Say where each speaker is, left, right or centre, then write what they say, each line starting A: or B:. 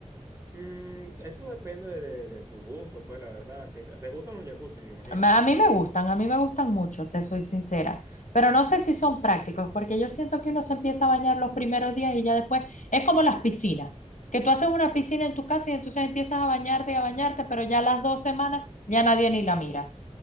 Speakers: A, on the right (about 25°); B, on the left (about 85°).
A: Mm, eso depende de, de- de tu gusto, pues, la verdad. Si te, te gustan los jacuzzi, me imagino.
B: Ma- A mí me gustan, a mí me gustan mucho, te soy sincera, pero no sé si son prácticos, porque yo siento que uno se empieza a bañar los primeros días y ya después es como las piscinas, que tú haces una piscina en tu casa y entonces empiezas a bañarte y a bañarte, pero ya las dos semanas ya nadie ni la mira.